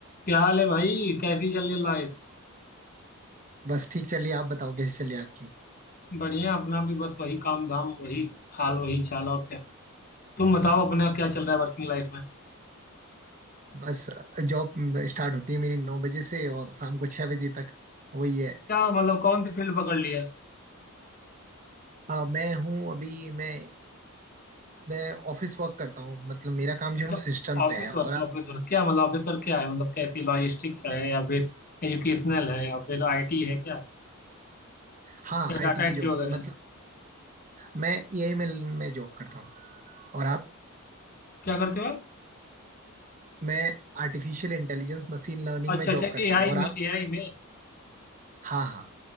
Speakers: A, on the left (about 40°); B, on the right (about 35°).
A: क्या हाल है भाई कैसी चल रही लाइफ
B: बस ठीक चलिए आप बताओ कैसी चलिए आपकी
A: बढ़िया अपना भी बस वही काम धाम वही हाल वही चाल और क्या तुम बताओ अपना क्या चल रहा है वर्किंग लाइफ में
B: बस जॉब स्टार्ट होती है मेरी नौ बजे से और शाम को छह बजे तक वही है
A: क्या मतलब कौन सी फील्ड पकड़ ली है
B: अ, मैं हूँ अभी मैं मैं ऑफिस वर्क करता हूँ मतलब मेरा काम
A: अच्छा
B: जो है सिस्टम
A: ऑफिस
B: पे है और
A: वर्क
B: आप
A: ऑफिस वर्क क्या मतलब ऑफिस वर्क क्या है मतलब कैसी लॉजिस्टिक है या फिर एजुकेशनल है या फिर आईटी है क्या
B: हाँ
A: या
B: आईटी
A: डाटा
B: की
A: एंट्री
B: जॉब
A: वगैरह
B: मतलब
A: है
B: मैं एआई में में जॉब करता हूँ और आप
A: क्या करते हो आप
B: मैं आर्टिफिशियल इंटेलिजेंस मशीन लर्निंग
A: अच्छा
B: में
A: अच्छा
B: जॉब करता
A: एआई
B: हूँ और
A: में
B: आप
A: एआई में
B: हाँ हाँ